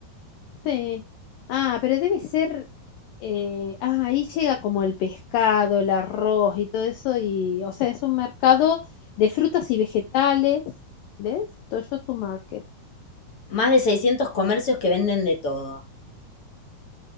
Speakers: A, on the left; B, on the left.
A: Sí. Ah, pero debe ser. eh, ah, ahí llega como el pescado, el arroz y todo eso. Y, o sea, es un mercado de frutas y vegetales. ¿Ves? Toyosu Market.
B: Más de 600 comercios que venden de todo.